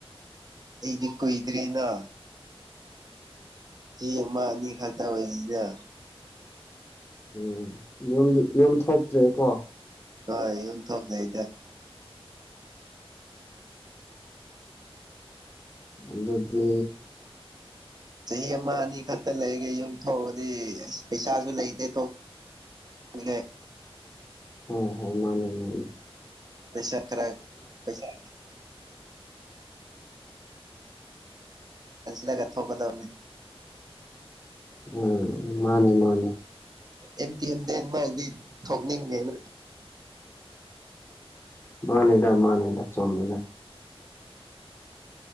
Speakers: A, on the right (about 40°); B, on the left (about 20°).
A: ꯑꯩꯗꯤ ꯀꯨꯏꯗꯔꯤꯅ꯫ ꯆꯍꯤ ꯑꯃ ꯑꯅꯤ ꯈꯛꯇ ꯑꯣꯏꯔꯤꯗ꯫
B: ꯎꯝ ꯌꯝꯗꯤ ꯌꯝ ꯊꯣꯛꯇ꯭ꯔꯦꯀꯣ꯫
A: ꯍꯣꯏ ꯌꯝ ꯊꯣꯛꯇꯦꯗ꯫
B: ꯑꯗꯨꯗꯤ꯫
A: ꯆꯍꯤ ꯑꯃ ꯑꯅꯤ ꯈꯛꯇ ꯂꯩꯔꯒ ꯌꯨꯝ ꯊꯣꯛꯑꯗꯤ ꯑꯁ ꯄꯩꯁꯥꯁꯨ ꯂꯩꯇꯦ <unintelligible>
B: ꯍꯣꯏ ꯍꯣꯏ ꯃꯥꯅꯤ ꯃꯥꯅꯤ꯫
A: ꯄꯩꯁꯥ ꯈꯔ ꯄꯩꯁꯥ ꯈꯔ꯫ <inaudible> ꯊꯣꯛꯀꯗꯝꯅꯤ꯫
B: ꯎꯝ ꯃꯥꯅꯦ ꯃꯥꯅꯦ꯫
A: M ten <unintelligible> ꯊꯣꯛꯅꯤꯡꯉꯦꯅ꯫
B: ꯃꯥꯅꯦꯗ ꯃꯥꯅꯦꯗ ꯆꯨꯝꯃꯤꯗ꯫